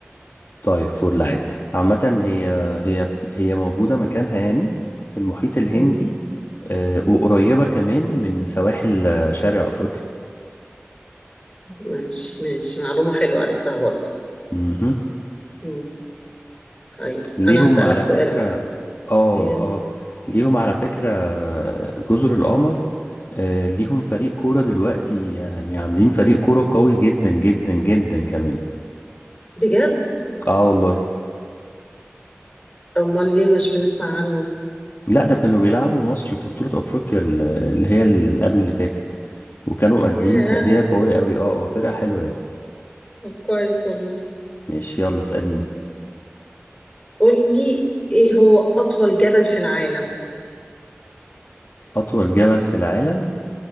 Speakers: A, on the left; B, on the left.
A: طيب فل عادي عامة هي هي هي موجودة مكانها يعني في المحيط الهندي
B: مم.
A: آه، وقريبة كمان من سواحل آه، شرق أفريقيا
B: ماشي ماشي معلومه حلوه عرفتها برضو
A: مهم.
B: مم. طيب
A: ليهم
B: انا هسألك
A: على
B: سؤال
A: فكرة
B: بقى
A: اه
B: إيه؟
A: اه ليهم على فكرة آه، جزر القمر آه، ليهم فريق كورة دلوقتي يعني عاملين فريق كورة قوي جدا جدا جدا كمان
B: بجد
A: اه والله
B: امال ليه مش بنسمع عنه
A: لا ده كانوا بيلعبوا مصر في بطولة افريقيا ال- اللي هي اللي قبل اللي فاتت وكانوا مادين
B: ياه
A: تأدية قوية قوي اه
B: مم.
A: اه فرقة حلوة يعني
B: طب كويس والله
A: ماشي يلا اسأليني
B: مم. قول لي ايه هو اطول جبل في العالم
A: اطول جبل في العالم